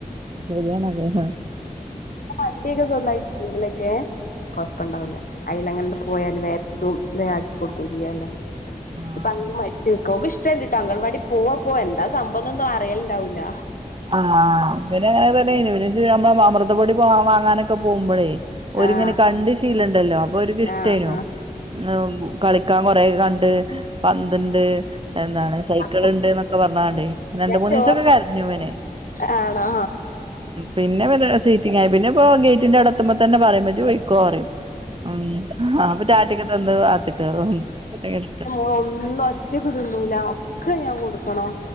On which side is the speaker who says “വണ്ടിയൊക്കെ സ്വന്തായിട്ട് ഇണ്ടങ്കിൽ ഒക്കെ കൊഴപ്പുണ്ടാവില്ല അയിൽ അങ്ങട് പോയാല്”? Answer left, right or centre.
Left